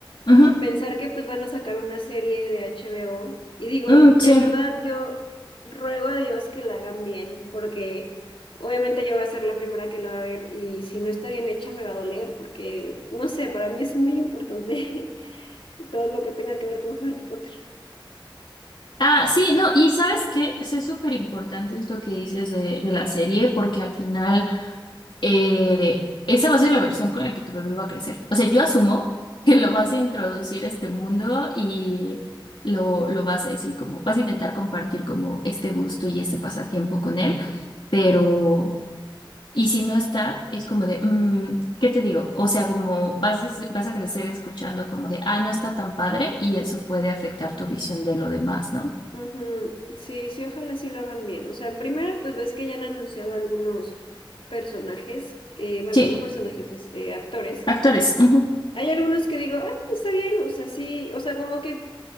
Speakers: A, on the left (about 65°); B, on the left (about 85°).
A: Ujú.
B: pensar que pues van a sacar una serie de HBO y digo,
A: Mm, sí.
B: de verdad yo ruego a Dios que la hagan bien porque obviamente yo voy a ser la primera que la va a ver y si no está bien hecha me va a doler porque no sé, para mí es muy importante <laughs> todo lo que tenga que ver con Harry Potter.
A: Ah, sí, no, y sabes que es súper importante esto que dices de, de la serie, porque al final eh, esa va a ser la versión con la que tu bebé va a crecer. O sea, yo asumo que
B: Ujú,
A: lo vas a introducir a este mundo y lo, lo vas a decir como, vas a intentar compartir como este gusto y este pasatiempo con él, pero, y si no está, es como de, mm, ¿qué te digo? O sea, como vas a, s- vas a crecer escuchando como de, ah, no está tan padre y eso puede afectar tu visión de lo demás, ¿no?
B: ujú. Sí, sí, ojalá sí lo hagan bien. O sea, en primera, pues ves que ya han anunciado algunos personajes, que, bueno,
A: Sí.
B: no personajes, este, actores
A: Actores. ujú,
B: Hay algunos que digo, "Ah, está bien, o sea, sí, o sea, como que